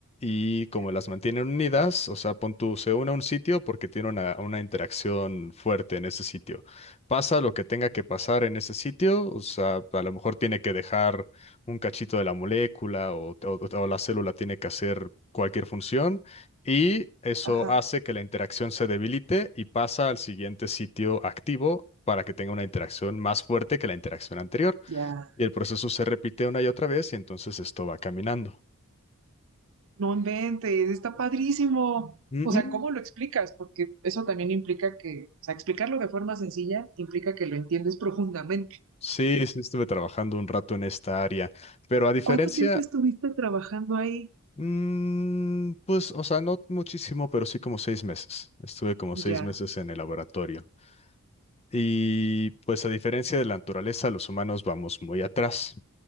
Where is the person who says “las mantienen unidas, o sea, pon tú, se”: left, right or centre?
Left